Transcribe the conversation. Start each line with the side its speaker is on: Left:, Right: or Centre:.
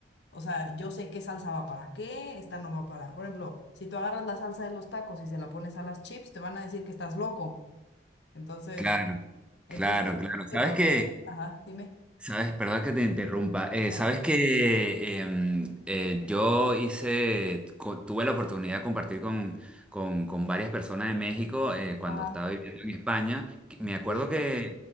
Left: O sea, yo sé qué salsa va para qué, esta no va para. Por ejemplo, si tú agarras la salsa de los tacos y se la pones a las chips, te van a decir que estás loco. Entonces,
Centre: Claro,
Left: entonces,
Centre: claro, claro. ¿Sabes
Left: yo creo
Centre: qué?
Left: que, ajá, dime.
Centre: Sabes, perdón que te interrumpa. Eh,
Left: Ah,
Centre: sabes que em, eh, yo hice, co- tuve la oportunidad de compartir con, con- con varias personas de México eh, cuando
Left: Ajá,
Centre: estaba viviendo en España. Me acuerdo
Left: sí,
Centre: que,